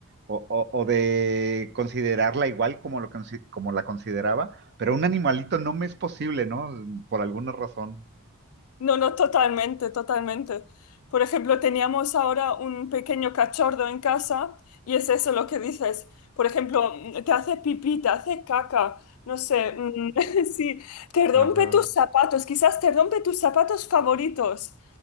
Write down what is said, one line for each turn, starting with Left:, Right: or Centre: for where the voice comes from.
Right: o, o- o de considerarla igual como, lo, consi- como la consideraba, pero un animalito no me es posible, ¿no? Por alguna razón.
Left: No, no, totalmente, totalmente. Por ejemplo, teníamos ahora un pequeño cachorro en casa y es eso lo que dices. Por ejemplo, mm, te hace pipí, te hace caca, no sé, mm, <laughs> sí, te rompe
Right: Ajá.
Left: tus zapatos, quizás te rompe tus zapatos favoritos,